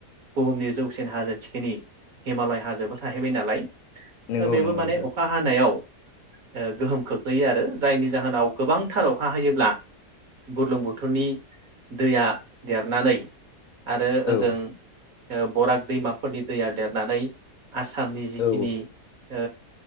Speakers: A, on the right; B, on the left.
A: बुहुमनि जौसिन हाजो थिखिनि हिमालय हाजोबो थाहैबाय नालाय
B: नंगौ
A: बेबो
B: नंगौ
A: माने
B: नोंथां
A: अखा हानायाव ओ गोहोम खोख्लैयो आरो जायनि जाहोनाव गोबांथार अखा हायोब्ला बुरलुंबुथुरनि दैया देरनानै आरो ओजों
B: औ
A: बराग दैमाफोरनि दैया देरनानै आसामनि जिखिनि
B: औ
A: ओ